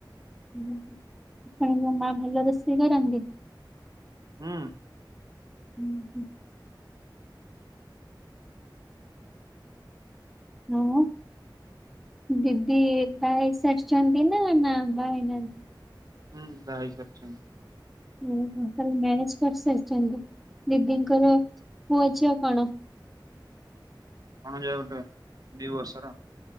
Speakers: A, in the centre; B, on the right.
A: ଉଁହୁ ଆପଣ ଙ୍କ ମା ଭଲ ରୋଷେଇ କରନ୍ତି?
B: ହୁଁ
A: ହୁଁ ହୁଁ। ଆଉ ଦିଦି ଏକା ହେଇସାରିଚନ୍ତି ନାଁ, ନାଁ ବାହା ହେଇନାହାନ୍ତି?
B: ହୁଁ ବାହା ହେଇ ସାରଚନ୍ତି।
A: ଉଁ ହୁ ତାଲେ ମ୍ୟାରେଜ୍ କରିସାରିଛନ୍ତି, ଦିଦିଙ୍କ
B: ହୁଁ
A: ର ପୁଅ ଝିଅ କଣ?
B: ଭଣଜା ଗୋଟେ ଦି ବର୍ଷର।